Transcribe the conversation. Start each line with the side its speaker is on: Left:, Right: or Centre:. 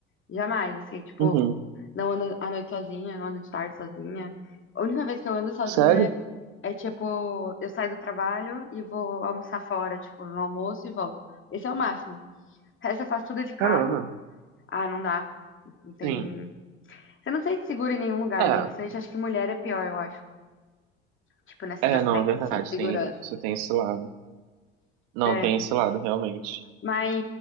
Left: Jamais, assim, tipo,
Right: Uhum.
Left: não ando à noite sozinha, não ando de tarde sozinha. A única vez que eu ando sozinha
Right: Sério?
Left: é, é, tipo, eu saio do trabalho e vou almoçar fora, tipo, no almoço e volto. Esse é o máximo. O resto eu faço tudo de carro.
Right: Caramba,
Left: Ah, não dá. Não tem.
Right: sim.
Left: Você não sente seguro em nenhum lugar,
Right: É,
Left: né? Principalmente acho que mulher é pior, eu acho. Tipo, nesses
Right: é,
Left: aspectos,
Right: não, é verdade,
Left: assim, de segurança.
Right: tem, você tem esse lado. Não,
Left: É.
Right: tem esse lado, realmente.
Left: Mas,